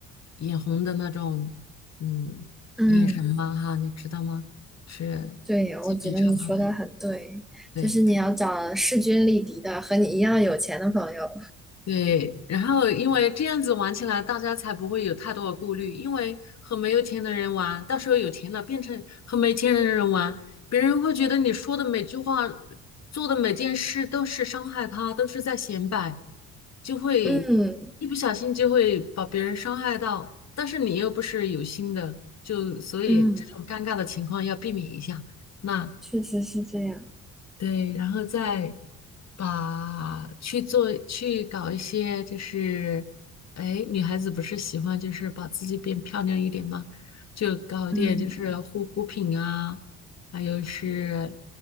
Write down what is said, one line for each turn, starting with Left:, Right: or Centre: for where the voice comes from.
Left: 眼红的那种，嗯，
Centre: 嗯
Left: 眼神嘛哈，你知道吗？是级别差不多的，
Centre: 对，我觉得你说的很对，
Left: 对。
Centre: 就是你要找势均力敌的和你一样有钱的朋友。
Left: 对，然后因为这样子玩起来，大家才不会有太多的顾虑。因为和没有钱的人玩，到时候有钱了变成和没钱的人玩，别人会觉得你说的每句话、做的每件事都是伤害他，都是在显摆，就会一不小心就会把别人伤害到。
Centre: 嗯
Left: 但是你又不是有心的，就所以这种尴尬的情况要避免一下。
Centre: 嗯，
Left: 那
Centre: 确实是这样。
Left: 对，然后再把去做去搞一些，就是哎，女孩子不是喜欢就是把自己变漂亮一点吗？就搞一点就是护肤品啊，
Centre: 嗯，
Left: 还有是